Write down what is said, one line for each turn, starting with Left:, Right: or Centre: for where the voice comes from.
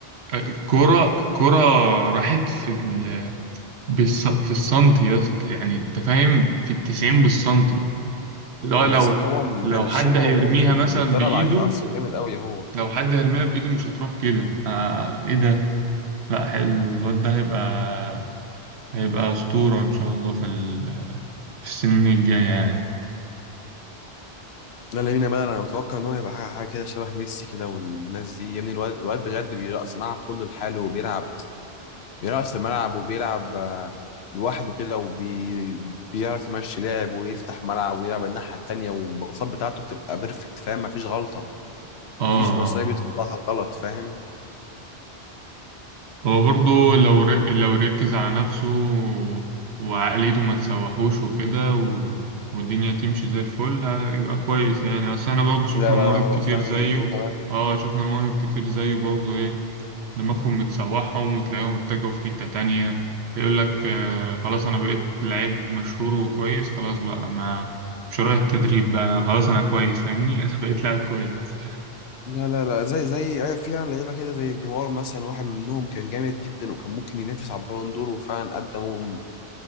Right: الكرة الكرة راحت في ال... بالص... في السنتي يا اسطى يعني انت فاهم في التسعين بالسنتي اللي هو
Left: بالظبط
Right: لو
Left: هو منشنها
Right: لو حد هيرميها
Left: وهو ب- ب-
Right: مثلا
Left: متدرب
Right: بإيده
Left: عليها اصلا جامد قوي هو
Right: لو حد هرميها بإيده مش هتروح كده آه إيه ده لا حل- الواد ده هيبقى هيبقى أسطورة إن شاء الله في ال... في السنين الجاية يعني
Left: لا لامين يامال انا متوقع ان هو هيبقى حاجه حاجه كده شبه ميسي كده والناس دي يا ابني الواد الواد بجد بيرقص الملعب كله لحاله وبيلعب بيرقص الملعب وبيلعب آه، لوحده كده وبي بيعرف يمشي لاعب ويفتح ملعب ويلعب الناحيه التانيه والباصات بتاعته بتبقى بيرفكت فاهم مفيش غلطه
Right: آه
Left: مفيش بصايه
Right: آه.
Left: بتطلعها غلط فاهم
Right: هو برضو لو ر... لو ركز على نفسه و- وعقليته ما تسوحوش وكده و... والدنيا تمشي زي الفل هيبقى كويس يعني أصل احنا برضو شفنا
Left: لا
Right: مواهب
Left: لا لا هو
Right: كتير
Left: فعلا
Right: زيه
Left: لامين يامال
Right: اه شفنا مواهب كتير زيه برضو ايه دماغهم متسوحهم وتلاقيهم اتجهوا في حتة تانية يقول لك آه خلاص أنا بقيت لعيب مشهور وكويس خلاص بقى ما مش رايح التدريب بقى أنا خلاص أنا كويس فاهمني <laughs> أنا بقيت لاعب كويس
Left: لا لا لا زي زي ايوه فعلا لعيبه كده زي ديمار مثلا واحد منهم كان جامد جدا وكان ممكن ينافس على البالون دور وفعلا قدم